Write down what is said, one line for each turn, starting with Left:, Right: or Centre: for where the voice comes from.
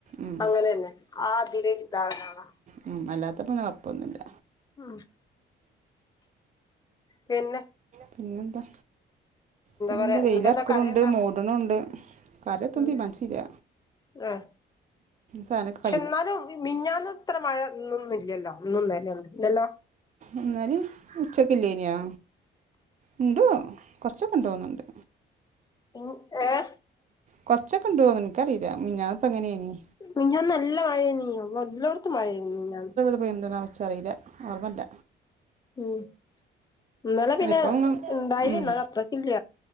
Right: ഉം
Left: അങ്ങനെന്നെ ആ അതില് ദാവ്നാനാ
Right: ഉ അല്ലാത്തപ്പോന്നും കുഴപ്പംന്നുംമില്ല
Left: ഉം പിന്നെ
Right: പിന്നെന്താ പിന്നെ
Left: പറയാ
Right: എന്താ
Left: എന്നിട്ടെന്താ
Right: വെയിലർക്കളുണ്ട്
Left: കറി എന്താ
Right: മൂട്ണുണ്ട് എത്തതി
Left: ഉം
Right: തീരുമാൻചില്ല
Left: ആഹ്
Right: സാനക്ക
Left: പക്ഷെ എന്നാലും മിഞാന്നും ഇത്ര മഴ ഇന്നൊന്നും ഇില്ലല്ലോ ഇന്നും ഇന്നലെ ഒന്നും ഇല്ലോ ലോ
Right: എന്നാലും ഉച്ചക്കില്ലേനിയോ ഉണ്ടോ കുറച്ച് ഒകെ ഉണ്ട് തോന്നണ്ട്
Left: ഉം ഏഹ്
Right: കൊറച്ചൊക്കെണ്ടു തോന്ന്നു ഇന ക്കറിയില്ല മിഞ്ഞാന്ന് ഇപ്പ എങ്ങനെയാനി
Left: മിഞ്ഞാന്ന് നല്ല മഴ നീ എല്ലോടത്തും മഴേനി മിനിഞ്ഞന്ന്
Right: വ എന്തതിനാ വെച്ചറിയില്ല ഓർമ്മല്ല
Left: ഉം ഇന്നലെ പിന്നെ
Right: അതിപ്പം
Left: ഉണ്ടായിനി
Right: ഉം.
Left: ന്നാലും അത്രക്ക ഇല്ല